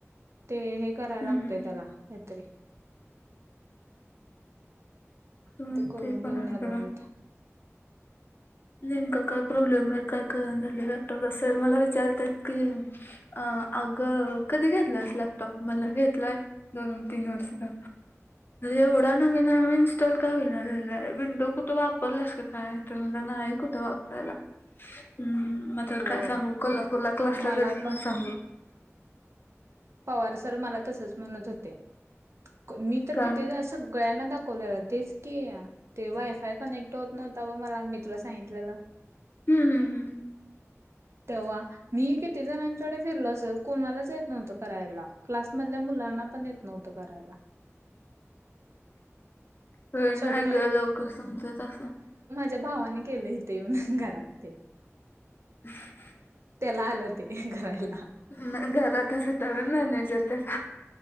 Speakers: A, on the right; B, on the left.
A: ते हे कराय
B: हम्म
A: लागतय त्याला काहीतरी.
B: हम्म,
A: करून
B: ते पण
A: घेऊन
B: आहे
A: आलेलीत
B: खर. नेमका काय प्रॉब्लेम आहे काय कळना झालय लॅपटॉपला. सर मला विचारतात की अ अग कधी घेतलायस लॅपटॉप, म्हटल घेतलाय दोन, तीन वर्ष झा एवढा नवीन आहे मग इन्स्टॉल का होईना झालाय? विंडो कुठे वापरलास का काय? तर म्हटल नाही. नाही कुठ वापरायला. हम्म, मत तर
A: होय
B: काय सांगू. कोल्हापूरला क्लासला
A: मला
B: जाते म्हणून
A: पण
B: सांगू.
A: पवार सर मला तसच म्हणत होते. मी तर
B: का
A: कितीदा अस सगळ्यांना दाखवलेल. तेच की. ते वायफाय कनेक्ट होत नव्हता बघ. मला, मी तुला सांगितलेल.
B: हम्म हम्म हम्म
A: तेव्हा मी बी किती जणांकड फिरलं असलं, कोणालाच येत नव्हतं. करायला क्लास मधल्या मुलांना पण येत नव्हतं करायला.
B: अय
A: शेवटी
B: नाही ग लवकर समजत असंल.
A: ते भावाने केलंय हितं येऊन घरात ते.
B: <unintelligible>
A: त्याला आलं होते धरायला.
B: ना घरात असे तवे मॅनेज होते.